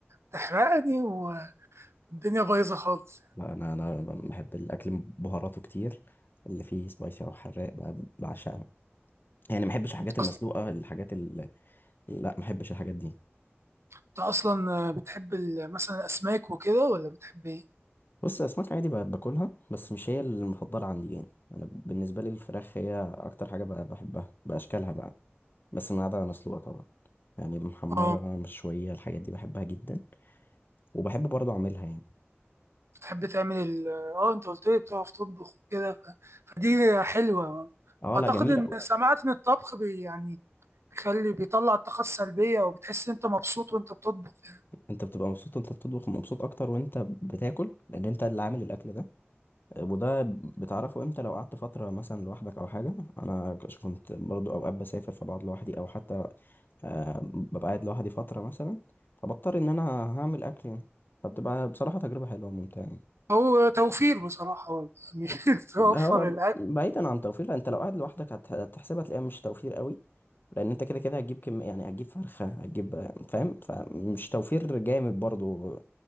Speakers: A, on the right (about 90°); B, on the left (about 50°).
A: تحرقني والدنيا بايظة خالص
B: لا انا انا بحب الاكل بهاراته كتير اللي فيه سبايسي او حراق ب- بعشقه يعني ما بحبش الحاجات المسلوقة
A: أص-
B: الحاجات لا ما بحبش الحاجات دي
A: انت اصلا آه، بتحب ال- مثلا الاسماك وكده ولا بتحب ايه؟
B: بص اسماك عادي ب- باكلها بس مش هي المفضله عندي يعني انا بالنسبه لي الفراخ هي اكتر حاجه ب- بحبها باشكالها بقى بس ما عدا مسلوقه طبعا يعني المحمره
A: اه
B: مشويه الحاجات دي بحبها جدا وبحب برضه اعملها يعني
A: تحب تعمل ال اه انت قلت لي بتعرف تطبخ وكده فدي حلوة برضه.
B: اه
A: اعتقد
B: لا جميله
A: ان سمعت ان الطبخ بي يعني بيخلي بيطلع الطاقة السلبية وبتحس ان انت مبسوط وانت بتطبخ يعني
B: انت بتبقى مبسوط وانت بتطبخ مبسوط اكتر وانت بتاكل لان انت اللي عامل الاكل ده وده بتعرفه امتى لو قعدت فترة مثلا لوحدك او حاجة انا كش- كنت برضو اوقات بسافر فبقعد لوحدي او حتى آه، ببقى قاعد لوحدي فترة مثلا فبضطر ان انا هعمل اكل يعني فبتبقى بصراحة تجربة حلوة وممتعة يعني
A: هو توفير بصراحة برضه. يعني <laughs> توفر
B: هو
A: الاكل
B: بعيدا عن توفير لأ، انت لو قاعد لوحدك هت- هتحسبها تلاقيها مش توفير قوي لان انت كده كده هتجيب كم يعني هتجيب فرخة هتجيب فاهم فمش توفير جامد برضو